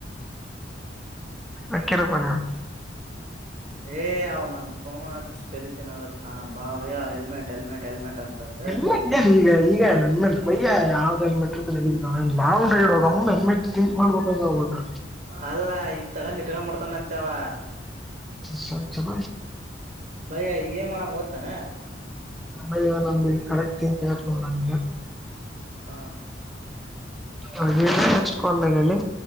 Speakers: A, in the centre; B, on the right.
A: ಅಕ್ಕರಪಾನ <unintelligible>
B: ಏ ಅವ ಮತ್ತ್ ಫೋನ್ ಹಚ್ಚ ತಲಿತಿನ ಕತ್ತನ್ ಬಾವ್ಯ ಹೆಲ್ಮೆಟ್ ಹೆಲ್ಮೆಟ್ ಹೆಲ್ಮೆಟ್ ತಂತಂದ
A: ಹೆಲ್ಮೆಟ್ ಇದೆ ಈಗ ಈಗ ನನ್ಮೆಂ ಬಯ್ಯ ಯಾವ್ದ ನನ್ಮೆಟ್ರ ನಡ ಲಾಂಗ್ ಡ್ರೈವ್ೋಗ ನನ್ಮೆ ಮಾಡಗಟಾಯ ನದ
B: ಅಲ್ಲ ಈಗ ತಗೊಂಡ್ ಇಟ್ಕೊಂಡ್ಬಡ್ತಾನ ಅಂತವ
A: ಸರ್ ಚಲ
B: ಭಯ್ಯ ಈಗ ಏನ್ ಮಾಡಮ್ ಗೊತ್ತಾನ
A: ಅಯ್ಯೋ ನಂದ್ ಇಲ್ಲಿ ಕರೆಟ್ ಚಿಂತಿ ಹ
B: ಹಾ
A: ಹಾಗ ನೆಕ್ಸ್ಟ್ ಕಾಲ್ದಾಗ ಹೇಳಿ